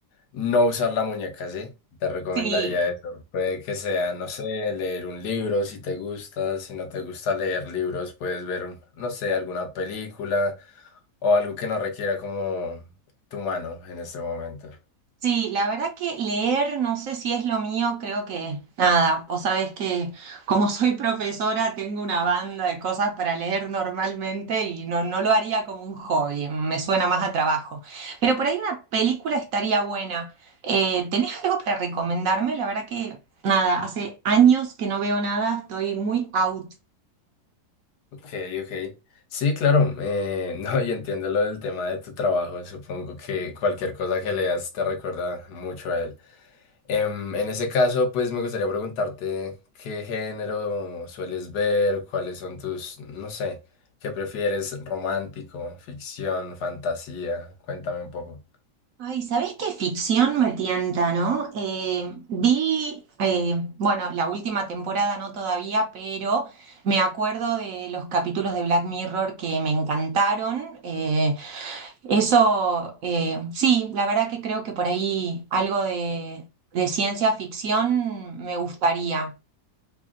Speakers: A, on the left (about 75°); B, on the right (about 65°).
A: no usar la muñeca, ¿sí? Te recomendaría
B: Sí.
A: eso. Puede que sea, no sé, leer un libro si te gusta, si no te gusta leer libros, puedes ver, un- no sé, alguna película o algo que no requiera como tu mano en este momento.
B: Sí, la verdad que leer, no sé si es lo mío, creo que nada. Vos sabés que como soy profesora tengo una banda de cosas para leer normalmente y no, no lo haría como un hobby, me suena más a trabajo. Pero por ahí una película estaría buena. Eh, ¿tenés algo para recomendarme? La verdad que nada, hace años que no veo nada, estoy muy out.
A: Ok, ok. Sí, claro. eh, <laughs> no, y entiendo lo del tema de tu trabajo. Supongo que cualquier cosa que leas te recuerda mucho a él. Em, en ese caso, pues me gustaría preguntarte qué género sueles ver, cuáles son tus, no sé, qué prefieres, romántico, ficción, fantasía. Cuéntame un poco.
B: Ay, ¿sabés qué ficción me tienta, no? Eh, vi, eh, bueno, la última temporada no todavía, pero me acuerdo de los capítulos de Black Mirror que me encantaron. Eh, eso, eh, sí, la verdad que creo que por ahí algo de, de ciencia ficción me gustaría.